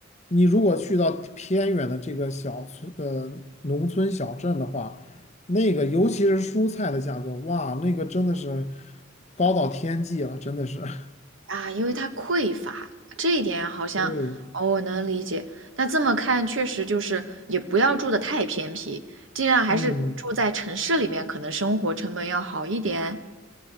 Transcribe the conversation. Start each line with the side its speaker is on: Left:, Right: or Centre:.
Left: 你如果去到偏远的这个小村，呃，农村小镇的话，那个尤其是蔬菜的价格，哇，那个真的是高到天际了，真的是。<laughs>
Right: 啊，因为它匮乏，这一点好像
Left: 对，
Right: 哦，我能理解。那这么看，确实就是也不要住的太偏僻，尽量还是住在城市里面，
Left: 嗯，
Right: 可能生活成本要好一点。